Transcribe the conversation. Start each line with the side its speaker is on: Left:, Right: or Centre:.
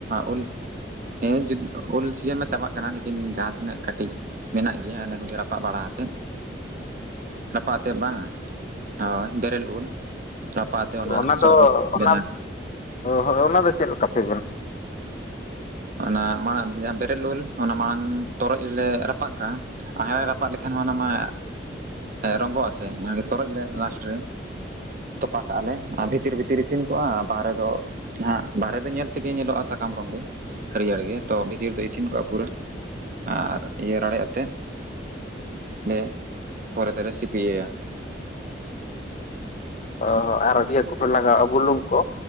Right: ᱩᱞ ᱦᱮᱸ ᱩᱞ ᱥᱤᱡᱤᱱ ᱢᱟ ᱪᱟᱵᱟᱜ ᱠᱟᱱᱟ ᱞᱮᱠᱤᱱ ᱡᱟᱦᱟᱸ ᱛᱤᱱᱟᱹᱜ ᱠᱟᱹᱴᱤᱡ ᱢᱮᱱᱟᱜ ᱜᱮᱭᱟ ᱤᱱᱟᱹ ᱠᱚᱜᱮ ᱨᱟᱯᱟᱜ ᱵᱟᱲᱟ ᱟᱛᱮᱫ ᱨᱟᱯᱟᱜ ᱟᱛᱮ ᱵᱟᱝ-ᱟ ᱦᱳᱭ ᱵᱮᱨᱮᱞ ᱩᱞ ᱨᱟᱯᱟᱜ ᱟᱛᱮ
Left: ᱚᱱᱟ
Right: ᱥᱚᱨᱵᱚᱛ
Left: ᱫᱚ ᱚᱱᱟ
Right: ᱵᱮᱱᱟᱣ
Left: ᱦᱳᱭ ᱚᱱᱟ ᱫᱚ ᱪᱮᱫ ᱞᱮᱠᱟ <inaudible>
Right: ᱚᱱᱟ ᱢᱟᱲᱟᱝ ᱡᱟᱦᱟᱸ ᱵᱮᱨᱮᱞ ᱩᱞ ᱚᱱᱟ ᱢᱟᱲᱟᱝ ᱛᱚᱨᱚᱡ ᱨᱮᱞᱮ ᱨᱟᱯᱟᱜ ᱠᱟᱜᱼᱟ᱾ ᱟᱜᱲᱟ ᱨᱟᱯᱟᱜ ᱞᱮᱠᱷᱟᱱ ᱚᱱᱟ ᱢᱟ ᱨᱚᱸᱜᱚᱜᱼᱟᱥᱮ ᱛᱚᱨᱚᱡ ᱞᱮ ᱞᱟᱥᱴ ᱨᱮ ᱛᱚᱯᱟ ᱠᱟᱜᱼᱟ ᱞᱮ ᱟᱨ ᱵᱷᱤᱛᱤᱨ ᱵᱷᱤᱛᱤᱨ -ᱵᱷᱤᱛᱤᱨ ᱤᱥᱤᱱ ᱠᱚᱜᱼᱟ, ᱵᱟᱨᱦᱮ ᱫᱚ ᱵᱟᱨᱦᱮ ᱫᱚ ᱧᱮᱞ ᱛᱮᱜᱮ ᱧᱮᱞᱚᱜᱼᱟ! ᱥᱟᱠᱟᱢ ᱨᱚᱝᱜᱮ ᱦᱟᱹᱨᱭᱟᱹᱲ ᱜᱮ ᱛᱚ ᱵᱷᱤᱛᱤᱨ ᱫᱚ ᱤᱥᱤᱱ ᱠᱚᱜᱼᱟ, ᱯᱩᱨᱟᱹ ᱟᱨ ᱤᱭᱟᱹ ᱨᱟᱲᱮᱡ ᱟᱛᱮᱫ ᱞᱮ! ᱯᱚᱨᱮ ᱛᱮᱞᱮ ᱥᱤᱯᱤᱭᱟ᱾
Left: ᱚ ᱦᱚᱸ ᱟᱨ ᱤᱭᱟᱹ ᱠᱚᱯᱮ ᱞᱟᱜᱟᱣᱟ ᱵᱩᱞᱩᱝ ᱠᱚ?